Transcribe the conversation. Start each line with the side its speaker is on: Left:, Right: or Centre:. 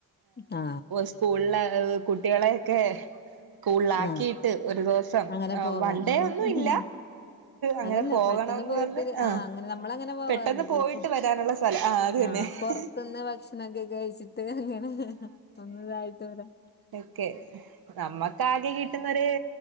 Left: ആ
Right: സ്കൂളില് കുട്ടികളെയൊക്കെ സ്കൂളില് ആക്കിയിട്ട്
Left: ആ
Right: ഒരു ദിവസം <unintelligible>
Left: അങ്ങനെ പോവാൻ
Right: വണ്ടേ
Left: ഉം
Right: ഒന്നും ഇല്ല അങ്ങനെ
Left: അതന്നെ
Right: പോകണന്ന്
Left: പെട്ടെന്ന് പോയിട്ടൊരു
Right: പറഞ്ഞ് ആഹ്
Left: ആ അങ്ങനെ നമ്മളങ്ങനെ പോവാറുണ്ട്
Right: പെട്ടെന്ന് പോയിട്ട്
Left: പോയി ഫുഡ്
Right: വരാനുള്ള സ്ഥലം അത് തന്നെ
Left: ആഹ് പുറത്തുന്ന് ഭക്ഷണക്കെ കഴിച്ചിട്ട് അങ്ങനെ ഒന്ന് ഇതായിട്ട് വരാം
Right: <unintelligible> നമ്മക്ക് ആകെ കിട്ടുന്നൊരു